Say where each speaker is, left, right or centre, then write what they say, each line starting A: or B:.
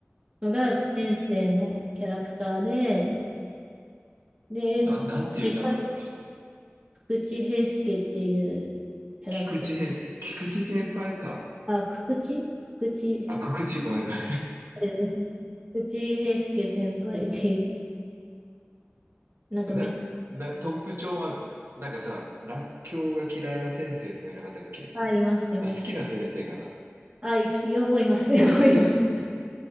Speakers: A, on the right (about 25°); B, on the right (about 60°).
A: のが5年生のキャラクターで、
B: うん。
A: で、
B: な、
A: この間、
B: なんていう名前の人
A: 菊池平介っていうキャラクター、
B: 菊池平介。菊池先輩か。
A: あ、久々知池菊池
B: あ、菊池、ごめんごめ
A: 輩ですね。内井平介先輩っていう、なんかめっち
B: ん。<laughs> な、な、特徴あるのなんかさ、らっきょうが嫌いな先生とかいなかったっけ
A: ゃ、あいます、います。
B: あ、好きな先生かな
A: あ、い、両方います、<laughs> 両方います。